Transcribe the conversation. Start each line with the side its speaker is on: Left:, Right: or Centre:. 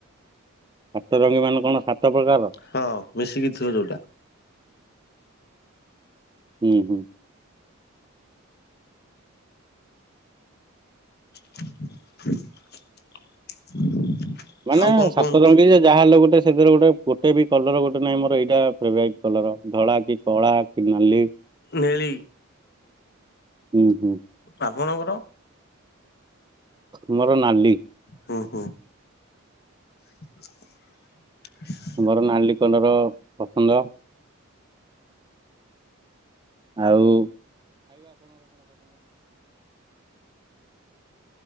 Right: ସାତ ରଙ୍ଗୀ ମାନେ କଣ ସାତ ପ୍ରକାର?
Left: ହଁ, ମିଶିକି ଥିବ ଯୋଉଟା।
Right: ହୁଁ ହୁଁ।
Left: <unintelligible>
Right: ମାନେ
Left: କୁହନ୍ତୁ?
Right: ସାତ ରଙ୍ଗୀ ଯେ, ଯାହା ହେଲେ ଗୋଟେ ସେଥେରେ ଗୋଟେ, ଗୋଟେ ବି କଲର ଗୋଟେ ନାହିଁ ମୋର ଏଇ ଫେବରାଇଟ୍ କଲର, ଧଳା କି, କଳା କି, ନାଲି?
Left: ନେଳି।
Right: ହୁଁ ହୁଁ।
Left: ଆପଣଙ୍କର?
Right: ମୋର ନାଲି।
Left: ହଁ ହୋ। <unintelligible>
Right: ତମର ନାଲି କଲର୍ ପସନ୍ଦ। ଆଉ